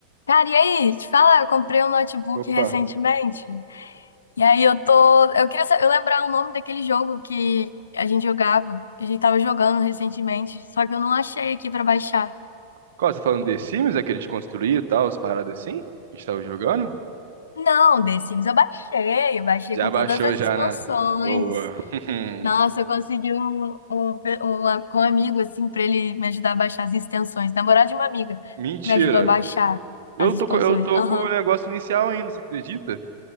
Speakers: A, on the left; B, on the right.
A: Cara, e aí? Te falar, eu comprei um notebook
B: Opa.
A: recentemente. E aí eu tô. Eu queria sa- eu lembrar o nome daquele jogo que a gente jogava, que a gente tava jogando recentemente. Só que eu não achei aqui pra baixar.
B: Qual, você tá falando de Sims, aquele de construir e tal, as paradas assim? A gente tava jogando?
A: Não, The Sims eu baixei. Eu baixei
B: Já
A: com
B: baixou
A: todas as
B: já,
A: expansões.
B: né? Boa. <laughs>
A: Nossa, eu consegui um, um, pe- um a- com um amigo, assim, pra ele me ajudar a baixar as extensões. Namorado de uma amiga
B: Mentira.
A: me ajudou a baixar
B: Eu
A: as expansões.
B: tô, co- eu tô
A: Aham.
B: com o negócio inicial ainda, você acredita?